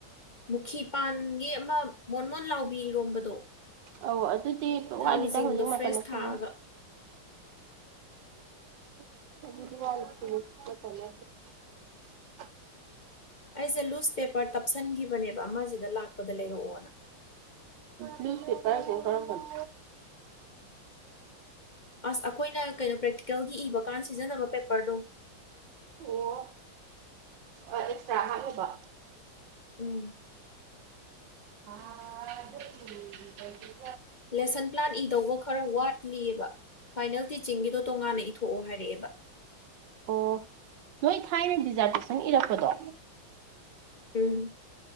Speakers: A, on the left (about 60°); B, on the right (about 65°).
A: ꯃꯨꯈꯤ ꯄꯥꯟꯒꯤ ꯑꯃ ꯃꯣꯟ ꯃꯣꯟ ꯂꯥꯎꯕꯤ ꯏꯔꯣꯝꯕꯗꯣ
B: ꯑꯧ ꯑꯗꯨꯗꯤ
A: ꯊꯥꯡꯖꯤꯡꯗꯣ
B: ꯋꯥꯠꯂꯤꯗ ꯍꯧꯖꯤꯛ ꯃꯇꯝ
A: ꯐ꯭ꯔꯦꯁ
B: ꯅꯠꯇꯝꯅꯤꯅ
A: ꯊꯥꯛꯑꯒ
B: ꯑꯗꯤ <unintelligible>
A: ꯑꯩꯁꯦ ꯂꯨꯖ ꯄꯦꯄꯔ ꯇꯞꯁꯤꯟꯈꯤꯕꯅꯦꯕ ꯑꯃꯁꯤꯗ ꯂꯥꯛꯄꯗ ꯂꯩꯔꯛꯑꯣꯅ
B: ꯂꯨꯁ ꯄꯦꯄꯔꯁꯦ ꯔꯝꯕꯅꯣ
A: ꯑꯁ ꯑꯩꯈꯣꯏꯅ ꯀꯩꯅꯣ ꯄ꯭ꯔꯦꯛꯇꯤꯀꯦꯜꯒꯤ ꯏꯕꯀꯥꯟ ꯁꯤꯖꯤꯟꯅꯕ ꯄꯦꯄꯔꯗꯣ
B: ꯑꯣ ꯑꯦꯛꯁꯇ꯭ꯔꯥ ꯍꯥꯞꯂꯕ
A: ꯎꯝ
B: ꯑ ꯎꯝ
A: ꯂꯦꯁꯟ ꯄ꯭ꯂꯥꯟ ꯏꯗꯧꯕ ꯈꯔ ꯋꯥꯠꯂꯤꯑꯕ ꯐꯥꯏꯅꯦꯜ ꯇꯤꯆꯤꯡꯒꯤꯗꯣ ꯇꯣꯉꯥꯟꯅ ꯏꯊꯣꯛꯑꯣ ꯍꯥꯏꯔꯛꯑꯦꯕ
B: ꯑꯣ ꯅꯣꯏ ꯊꯥꯏꯅ ꯗꯤꯖꯥꯔꯇꯦꯁꯟ ꯏꯔꯛꯄꯗꯣ
A: ꯎꯝ